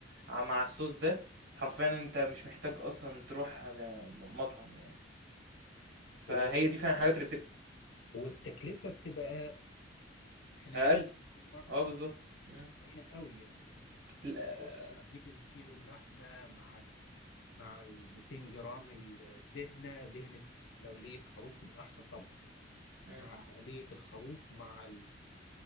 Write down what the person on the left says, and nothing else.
و-
والتكلفه بتبقى حنينه
على المطعم
حنينه قوي يعني يعني لما
تيجي تبص تجيب الكيلو اللحمه مع ال مع ال 200 جرام الدهنه دهنه لو لية خروف تبقى احسن طبعا
مع لية الخروف مع